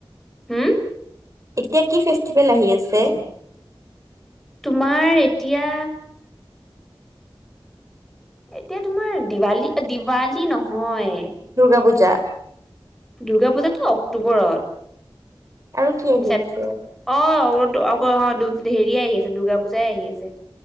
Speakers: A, in the centre; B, on the right.
A: হম
B: এতিয়া কি ফেষ্টিভেল আহি আছে?
A: তোমাৰ এতিয়া এতিয়া তোমাৰ দিৱালী দিৱালী নহয়
B: দুৰ্গা পূজা।
A: দুৰ্গা পূজাটো অক্টোবৰত।
B: আৰু কি আহি
A: চেপ
B: আছে
A: অ', হেৰিয়ে আহি আছে দুৰ্গা পূজাই আহি আছে।